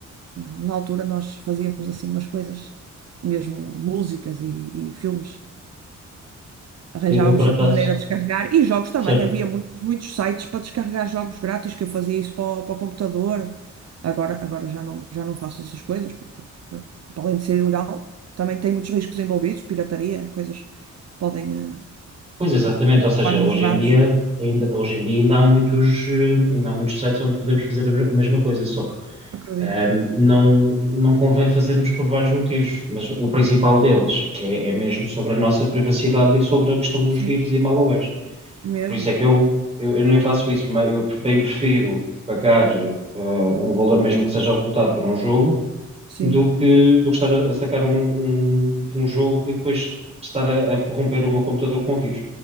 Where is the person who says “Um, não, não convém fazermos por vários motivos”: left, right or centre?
Right